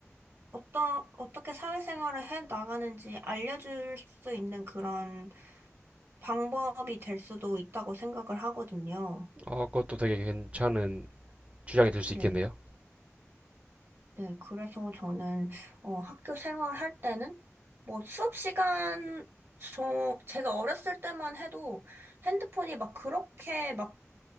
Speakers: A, on the right (about 50°); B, on the right (about 25°).
A: 어떤, 어떻게 사회생활을 해 나가는지 알려줄 수 있는 그런 방법이 될 수도 있다고 생각을 하거든요.
B: 어, 그것도 되게 괜찮은 주장이 될 수
A: 네.
B: 있겠네요.
A: 네, 그래서 저는 어, 학교 생활할 때는 뭐 수업 시간 저 제가 어렸을 때만 해도 핸드폰이 막 그렇게 막